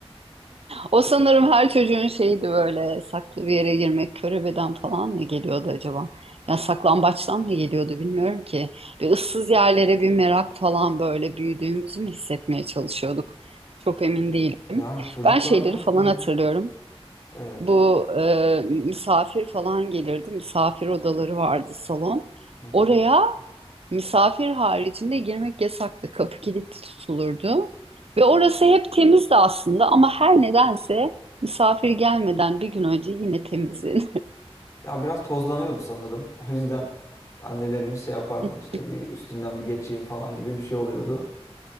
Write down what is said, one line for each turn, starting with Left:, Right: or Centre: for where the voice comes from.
Right: o sanırım her çocuğun şeydi böyle saklı bir yere girmek körebeden falan mı geliyordu acaba? Ya saklambaçtan mı geliyordu bilmiyorum ki. Bir ıssız yerlere bir merak falan böyle büyüdüğümüzü mü hissetmeye çalışıyorduk? Çok emin değilim.
Left: Yani çocuklarla.
Right: Ben şeyleri falan
Left: Hı hı.
Right: hatırlıyorum.
Left: Evet.
Right: Bu e, misafir falan gelirdi. Misafir odaları vardı salon.
Left: Hı hı.
Right: Oraya Misafir haricinde girmek yasaktı. Kapı kilitli tutulurdu. Ve orası hep temizdi aslında ama her nedense misafir gelmeden bir gün önce yine temizdi.
Left: Ya biraz tozlanıyordu sanırım. O yüzden annelerimiz şey yapardı
Right: <laughs>
Left: işte bir üstünden bir geçeyim falan gibi bir şey oluyordu.